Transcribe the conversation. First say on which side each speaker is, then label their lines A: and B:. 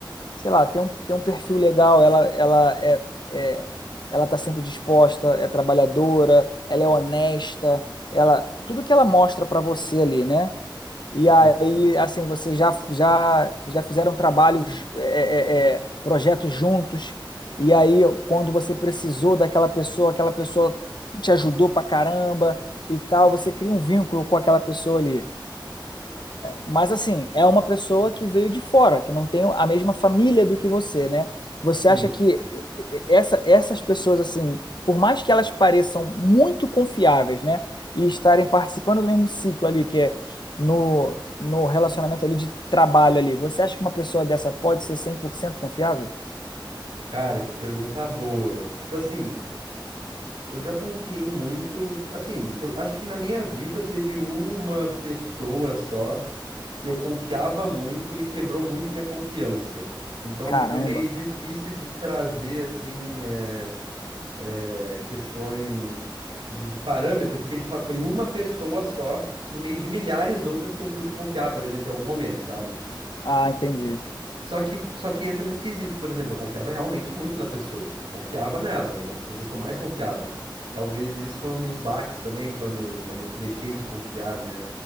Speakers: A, on the left; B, on the right.
A: sei lá, tem um, tem um perfil legal, ela, ela é, é- ela tá sempre disposta, é trabalhadora, ela é honesta, ela, tudo que ela mostra para você ali, né? E aí,
B: uhum,
A: assim, vocês já, já, já fizeram trabalhos, é, é, é, é, projetos juntos, e aí, quando você precisou daquela pessoa, aquela pessoa te ajudou pra caramba e tal, você cria um vínculo com aquela pessoa ali. Mas assim, é uma pessoa que veio de fora, que não tem a mesma família do que você, né? Você
B: sim.
A: acha que e- e- essa- essas pessoas, assim, por mais que elas pareçam muito confiáveis, né? E estarem participando do mesmo ciclo ali, que é no, no relacionamento ali de trabalho ali, você acha que uma pessoa dessa pode ser cem por cento confiável?
B: Cara, que pergunta boa. Tipo assim, eu já confiei muito. Assim, foi- acho que na minha vida teve uma pessoa só que eu confiava muito e quebrou muito minha confiança. Então
A: Caramba.
B: é meio difícil de trazer, assim, é, é, questões de, de parâmetro, porque de fato foi uma pessoa só no meio de milhares outras que eu pude confiar, por exemplo, em algum momento, sabe?
A: Ah, entendi.
B: Só que, só que entra nesse quesito. Por exemplo, eu confiava realmente muito na pessoa. Tipo, eu confiava nela. Era uma das pessoas que eu mais confiava. Talvez isso foi um dos baques também, quando, quando eu deixei de confiar, né?